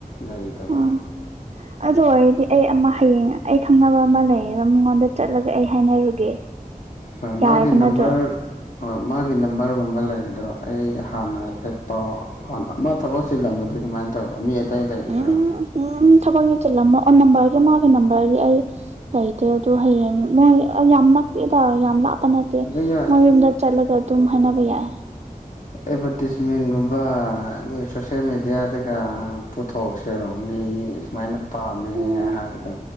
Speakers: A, on the left; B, on the right.
A: ꯂꯩꯇꯕ
B: ꯎꯝ ꯑꯗꯨ ꯑꯣꯏꯔꯗꯤ ꯑꯩ ꯑꯃ ꯍꯌꯦꯡ ꯑꯩ ꯈꯪꯅꯕ ꯑꯃ ꯂꯩꯌꯦꯕ ꯃꯤꯉꯣꯟꯗ ꯆꯠꯂꯒ ꯑꯩ ꯍꯥꯏꯅꯔꯨꯒꯦ
A: ꯍꯣꯏ
B: ꯌꯥꯔꯕ
A: ꯃꯥꯒꯤ ꯅꯝꯕꯔ
B: ꯅꯠꯇ꯭ꯔꯣ
A: ꯍꯣꯏ ꯃꯥꯒꯤ ꯅꯝꯕꯔꯒꯨꯝꯕ ꯂꯩꯒꯗ꯭ꯔꯣ ꯑꯩ ꯍꯥꯟꯅ ꯍꯥꯏꯐꯦꯠ ꯄꯥꯎ ꯐ ꯃꯥ ꯊꯕꯛ ꯆꯤꯜꯂꯝꯕꯗꯤ ꯀꯃꯥꯏꯅ ꯇꯧꯕ ꯃꯤ ꯑꯇꯩ ꯂꯩꯒꯗ꯭ꯔꯣ
B: ꯎꯝ ꯎꯝ ꯊꯕꯛ ꯌꯦ ꯆꯤꯜꯂꯝꯃ ꯑꯣ ꯅꯝꯕꯔꯗꯤ ꯃꯥꯒꯤ ꯅꯝꯕꯔꯗꯤ ꯑꯩ ꯂꯩꯇꯦ ꯑ ꯑꯗꯨꯣ ꯍꯌꯦꯡ ꯅꯣꯏ ꯌꯥꯝꯅꯗ ꯌꯥꯝꯅ ꯀ ꯅꯠꯇꯦ
A: ꯑꯗꯨꯒ
B: ꯃꯣꯏ ꯌꯨꯝꯗ ꯆꯠꯂꯒ ꯑꯗꯨꯝ ꯍꯥꯏꯅꯕ ꯌꯥꯏ
A: ꯑꯦꯠꯚꯔꯇꯤꯁꯃꯦꯟꯒꯨꯝꯕ ꯃꯣꯏ ꯁꯣꯁꯦꯜ ꯃꯦꯗꯤꯌꯥꯗꯒ ꯄꯨꯊꯣꯛꯁꯦꯔꯣꯑꯝꯃꯤ ꯑꯩ ꯁꯨꯃꯥꯏꯅ ꯄꯥꯝꯃꯦ
B: ꯎꯝ
A: ꯍꯥꯏꯕꯗꯣ